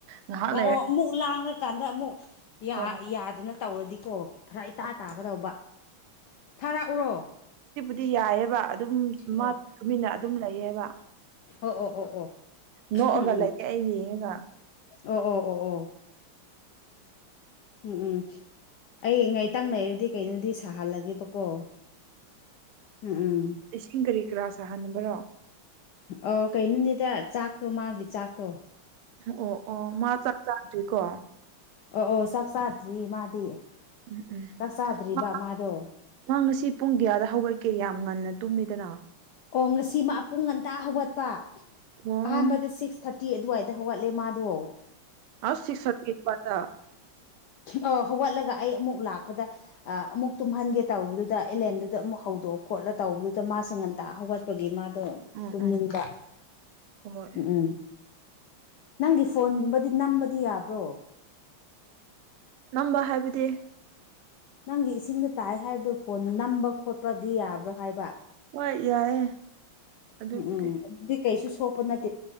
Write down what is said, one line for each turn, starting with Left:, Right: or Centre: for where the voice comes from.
Right: ꯉꯥꯏꯍꯥꯛ
Left: ꯑꯣ
Right: ꯂꯩꯔ
Left: ꯑꯣ ꯑꯃꯨꯛ ꯂꯥꯡꯂꯀꯥꯟꯗ ꯑꯃꯨꯛ ꯌꯥ
Right: ꯍꯣꯏ ꯍꯣꯏ
Left: ꯌꯥꯗꯅ ꯇꯧꯔꯗꯤꯀꯣ ꯐꯔꯛ ꯏꯇꯥ
Right: ꯍꯣꯏ
Left: ꯇꯥꯒꯗꯧꯕ ꯊꯥꯔꯛꯎꯔꯣ
Right: ꯗꯤ ꯌꯥꯏꯑꯦꯕ ꯑꯗꯨꯝ ꯃꯥ
Left: ꯑꯣ
Right: ꯇꯨꯃꯤꯟꯅ ꯑꯗꯨꯝ ꯂꯩꯌꯦꯕ
Left: ꯑꯣ ꯑꯣ ꯑꯣ ꯑꯣ
Right: ꯅꯣꯛꯑꯒ
Left: ꯎꯝ ꯎꯝ
Right: ꯂꯩꯌꯦ ꯑꯩ ꯌꯦꯡꯉꯒ
Left: ꯑꯣ ꯑꯣ ꯑꯣ ꯑꯣ ꯎꯝ ꯎꯝ ꯑꯩ ꯉꯥꯏꯇꯪ ꯂꯩꯔꯗꯤ ꯀꯩꯅꯣꯗꯤ ꯁꯥꯍꯜꯂꯒꯦꯕꯀꯣ ꯎꯝ ꯎꯝ
Right: ꯏꯁꯤꯡ ꯀꯔꯤ ꯀꯔꯥ ꯁꯥꯍꯟꯅꯕꯔꯣ
Left: ꯑꯣ ꯀꯩꯅꯣꯅꯤꯗꯥ ꯆꯥꯛꯇꯣ ꯃꯥꯒꯤ ꯆꯥꯛꯇꯣ
Right: ꯑꯣ ꯑꯣ ꯃꯥ ꯆꯥꯛ ꯆꯥꯗ꯭ꯔꯤꯀꯣ
Left: ꯑꯣ ꯑꯣ ꯆꯥꯛ ꯆꯥꯗ꯭ꯔꯤ ꯃꯥꯗꯤ
Right: ꯎꯝ ꯎꯝ
Left: ꯆꯥꯛ ꯆꯥꯗ꯭ꯔꯤꯕ
Right: ꯃꯥ
Left: ꯃꯥꯗꯣ
Right: ꯃꯥ ꯉꯁꯤ ꯄꯨꯡ ꯒꯤꯌꯥꯗ ꯍꯧꯒꯠꯀꯦ ꯌꯥꯝ ꯉꯟꯅ ꯇꯨꯝꯃꯦꯗꯅꯥ
Left: ꯑꯣ ꯉꯁꯤ ꯃꯥ ꯄꯨꯡ ꯉꯟꯇꯥ ꯍꯧꯒꯠꯄ
Right: ꯑꯣ
Left: ꯑꯍꯥꯟꯕꯗ ꯁꯤꯛꯁ ꯊꯥꯔ ꯇꯤ ꯑꯗꯨꯋꯥꯏꯗ ꯍꯧꯒꯠꯂꯦ ꯃꯥꯗꯣ
Right: ꯑꯁ ꯁꯤꯛꯁ ꯊꯥꯔꯇꯤ ꯑꯗꯨꯋꯥꯏꯗꯥ
Left: ꯑ ꯍꯧꯒꯠꯂꯒ ꯑꯩ ꯑꯃꯨꯛ ꯂꯥꯛꯄꯗ ꯑ ꯑꯃꯨꯛ ꯇꯨꯝꯍꯟꯒꯦ ꯇꯧꯕꯗꯨꯗꯥ ꯑꯩ ꯂꯦꯝꯗꯨꯗ ꯑꯃꯨꯛ ꯍꯧꯗꯣꯛ ꯈꯣꯠꯂ ꯇꯧꯕꯗꯨꯗ ꯃꯥꯁꯦ ꯉꯟꯇꯥ ꯍꯧꯒꯠꯄꯒꯤ ꯃꯥ ꯗꯣ
Right: ꯎꯝ
Left: ꯇꯨꯝꯅꯤꯡꯕ
Right: ꯎꯝ ꯍꯣꯏ
Left: ꯎꯝ ꯎꯝ ꯅꯪꯒꯤ ꯐꯣꯟꯒꯨꯝꯕꯗꯤ ꯅꯝꯕꯗꯤ ꯌꯥꯕ꯭ꯔꯣ
Right: ꯅꯝꯕ ꯍꯥꯏꯕꯗꯤ
Left: ꯅꯪꯒꯤ ꯏꯁꯤꯡꯗ ꯇꯥꯏ ꯍꯥꯏꯕꯗꯣ ꯐꯣꯟ ꯅꯝꯕ ꯈꯣꯠꯄꯗꯤ ꯌꯥꯕ꯭ꯔꯥ ꯍꯥꯏꯕ
Right: ꯍꯣꯏ ꯌꯥꯏꯌꯦ ꯑꯗꯨꯕꯨꯗꯤ
Left: ꯎꯝ ꯎꯝ ꯑꯗꯨꯗꯤ ꯀꯩꯁꯨ ꯁꯣꯛꯄ ꯅꯠ